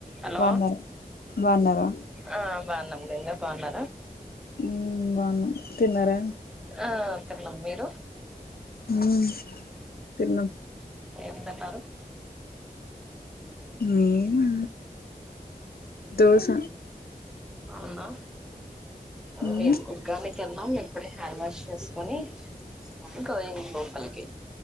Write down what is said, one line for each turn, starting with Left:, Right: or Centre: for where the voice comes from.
Centre: Hello
Left: బాగున్నారా బాగున్నారా
Centre: ఆ బాగున్నాం గంగా బాగున్నారా
Left: ఊమ్ బాగున్నం తిన్నరా
Centre: ఆ తిన్నం మీరు
Left: ఊమ్ తిన్నాం
Centre: ఏం తిన్నారు
Left: మేమా దోశ
Centre: అవునా
Left: ఉమ్
Centre: మేము గార్మెంట్ కెళ్ళినం మేం ఇక్కడే హ్యాండ్ వాష్ చేసుకొని ఇంక పోయినం లోపలికి